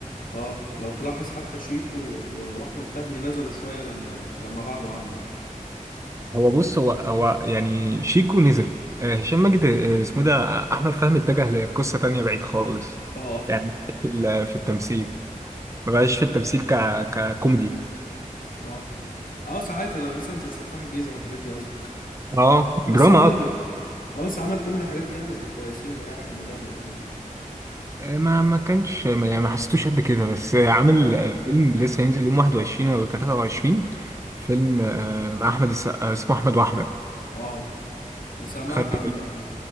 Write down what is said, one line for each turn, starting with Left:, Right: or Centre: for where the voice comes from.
Left: اه لو تلاحظ حتى شيكو و- و- واحمد فهمي نزلوا شويه لما لما بعدوا عنه يعني
Right: هو بص هو هو يعني شيكو نزل آه، هشام ماجد آه، اسمه إيه ده آه، احمد فهمي اتجه لقصه تانية بعيد خالص
Left: اه اه فاهمك
Right: يعني في ال- في التمثيل ما بقاش في التمثيل ك ككوميدي
Left: اه اه ساعات لو مثلا زي سفاح الجيزه والحاجات دي قصدك
Right: اه دراما
Left: بس عمل
Right: اكتر
Left: اه بس عمل كوميدي حاجات ياما زي كويسين ورايح المدام والحاجات دي
Right: آه، ما ما كانش يعني ما حسيتوش قد كده بس آه، عامل
Left: اه
Right: آه، فيلم لسه هينزل يوم 21 ولا 23 فيلم آه، مع احمد السقا اسمه احمد واحمد
Left: اه سمعت
Right: خدت بالي
Left: عنه آه.